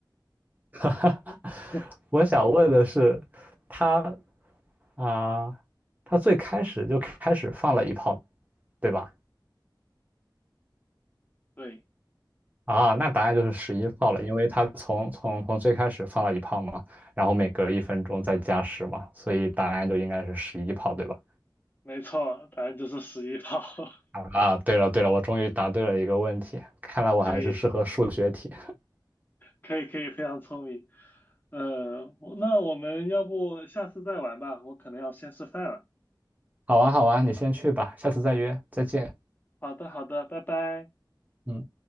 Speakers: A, on the right; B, on the left.
A: <laughs>
B: <laughs>
A: 我想问的是，他啊，他最开始就开始放了一炮，对吧？
B: 对，
A: 啊，那答案就是十一炮了，因为他从从从最开始放了一炮嘛，然后每隔一分钟再加十嘛，所以答案就应该是十一炮，对吧？
B: 没错，答案就是十一套，<laughs>
A: 啊，对了对了，我终于答对了一个问题，看来我还是适合数学题。
B: 可以，可以，可以，非常聪明。嗯，我那我们要不下次再玩吧，我可能要先吃饭了。
A: 好玩好玩，你先去吧，下次再约，再见。
B: 好的，好的，拜拜。
A: 嗯。